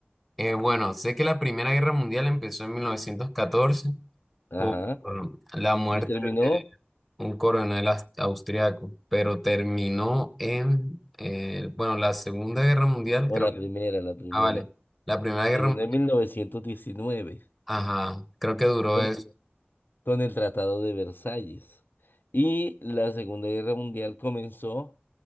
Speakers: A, in the centre; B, on the left (about 50°).
A: eh, bueno, sé que la Primera Guerra Mundial empezó en 1914
B: Ajá.
A: por la muerte
B: ¿Y terminó?
A: de un coronel aus- austriaco, pero terminó en, eh, bueno, la Segunda Guerra Mundial
B: No,
A: creo
B: la Eh, primera, la primera.
A: Ah, vale. La Primera Guerra,
B: Terminó
A: Mu-
B: en 1919,
A: ajá, creo que duró
B: con
A: eso.
B: el, con el Tratado de Versalles. Y la Segunda Guerra Mundial comenzó